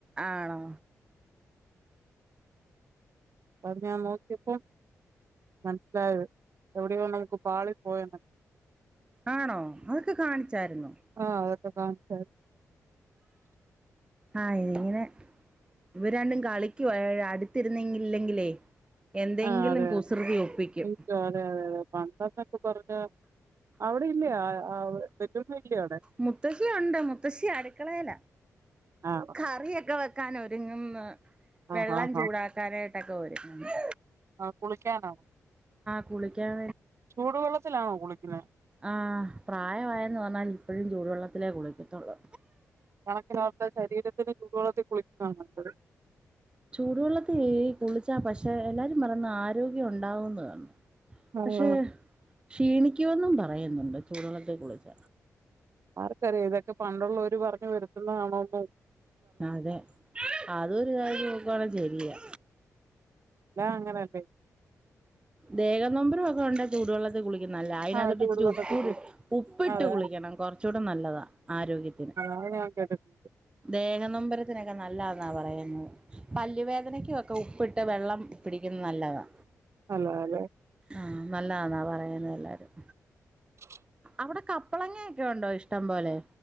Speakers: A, on the right; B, on the right.
A: ആണോ?
B: അപ്പത് ഞാൻ നോക്കിയപ്പോ മനസിലായത് എവിടെയോ നമുക്ക് പാളി പോയന്ന്
A: ആണോ അതൊക്കെ കാൺച്ചാര്ന്നൊ?
B: ആഹ് അതൊക്കെ കാൺച്ചാര്
A: ആഹ് ഇങ്ങനെ ഇവ രണ്ടും കളിക്ക്യുവാ അടുത്തിരുന്നെങ്കില്ലെങ്കിലേ എന്തെങ്കിലും
B: ആഹ് അതെ
A: കുസൃതി ഒപ്പിക്കും
B: അതെ അതെ അതെ അതെ തെ പണ്ടന്നൊക്കെ പറഞ്ഞ അവിടെ ഇല്ലേ പെറ്റൾമ ഇല്ലേ അവിടെ
A: മുത്തശ്ശി ഒണ്ട് മുത്തശ്ശി അടുക്കളേല
B: അഹ്
A: കറിയൊക്കെ വെക്കാനൊരുങ്ങ്ന്ന്
B: ആഹ്
A: വെള്ളം
B: ആഹ്
A: ചൂടാക്കാനായിട്ടൊക്കെ ഒരുങ്ങുന്ന്
B: അഹ് കുളിക്കാനാണോ
A: കുളിക്കാൻ
B: ചൂടുവെള്ളത്തിലാണോ കുളിക്കുന്നെ?
A: ആഹ് പ്രായമായെന്ന് പറഞ്ഞാലും ഇപ്പഴും ചൂടുവെള്ളത്തിലേ കുളിക്കത്തുള്ളൂ
B: തണക്കിനോർത്ത ശരീരത്തിന് ചൂടു വെള്ളത്തി കുളിക്കുന്നാണ് നല്ലത്
A: ചൂടുവെള്ളത്തി കുളിച്ചാ പക്ഷെ എല്ലാരും പറന്ന് ആരോഗ്യം ഉണ്ടാവൂന്ന്ന്ന്
B: ആഹ്
A: പക്ഷേ ക്ഷീണിക്ക്‌യോന്നും പറയുന്നുണ്ട് ചൂടള്ളത്തി കുളിച്ച
B: ആർക്കറിയാം ഇതൊക്കെ പണ്ടുള്ളവര് പറഞ്ഞ് വരുത്തുന്നതാണോ എന്തോ
A: അതെ അതൊരു കാര്യം നോക്കുവാണെ ശെരിയാ
B: ല്ല അങ്ങനെല്ലേ
A: ദേഗം നൊമ്പരൊക്കെ ഒണ്ടെചൂടുവെള്ളത്തി കുളിക്കുന്നെല്ല അയ്നാത്ത്
B: ആഹ് ചൂടുവെള്ളത്തി
A: ഇച്ചിരി ഉപ്പൂടിട്ട്
B: കുളിക്കും
A: ഉപ്പിട്ട്
B: അതെ
A: കുളിക്കണം
B: അതെ
A: കൊർച്ചൂടെ നല്ലതാ ആരോഗ്യത്തിന്
B: ആ ഞാ കേട്ട്ട്ടി
A: ദേഹനൊമ്പരത്തിനൊക്കെ നല്ലാന്നാ പറയുന്നത് പല്ലുവേദനയ്ക്കും ഒക്കെ ഉപ്പിട്ടെവെള്ളം പിടിക്കുന്നത് നല്ലതാ
B: നല്ലതാല്ലെ
A: ആഹ് നല്ലാന്നാ പറയുന്നെഎല്ലാരും
B: <unintelligible>
A: അവിടെ കപ്പളങ്ങേക്കെയുണ്ടോ ഇഷ്ടം പോലെ